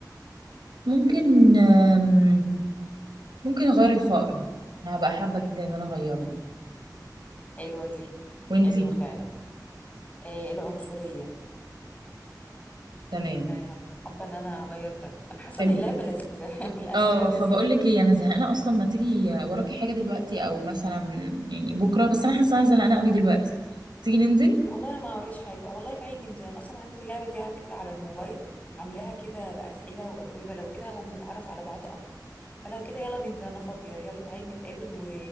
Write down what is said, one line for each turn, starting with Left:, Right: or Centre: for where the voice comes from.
Right: ممكن آم، ممكن اغير الفقر انا هبقى حابة جدا ان انا اغيره
Left: حلوة دي
Right: وانتي
Left: حلوة فعلا آه العنصرية
Right: تمام
Left: يعني هبقى حابه ان انا اغير ده انا حاسه
Right: حلو
Left: ان اللعبه لذيذه <laughs> والاسئله
Right: اه
Left: لذيذه
Right: فبقول لك ايه انا زهقانه اصلا ما تيجي وراكي حاجه دلوقتي او مثلا يعني بكره بس انا حاسه انا زهقانه قوي دلوقتي تيجي ننزل
Left: والله انا ما قريش حاجه والله تعالي ننزل انا اصلا عندي اللعبه دي على فكره على الموبايل عاملاها كده باسئله واجوبه لو كده هو بنتعرف على بعض اكتر فلو كده يلا ننزل انا فاضيه يلا تعالي نتقابل و...